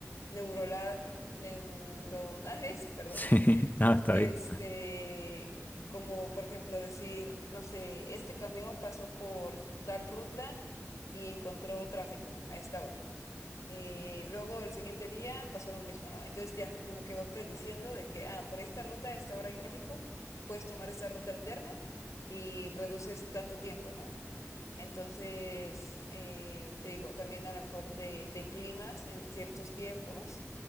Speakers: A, on the left; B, on the left.
A: neurola- neuronales, perdón,
B: Sí,
A: <laughs>
B: no, está
A: este,
B: bien.
A: como por ejemplo decir, no sé, este camión pasó por tal ruta y encontró tráfico a esta hora. Eh, luego el siguiente día pasó lo mismo, ¿no? Entonces ya como que va prediciendo de que, ah, por esta ruta a esta hora hay tráfico, puedes tomar esta ruta alterna y reduces tanto tiempo, ¿no? Entonces, eh, te digo, también a lo mejor de, de climas en ciertos tiempos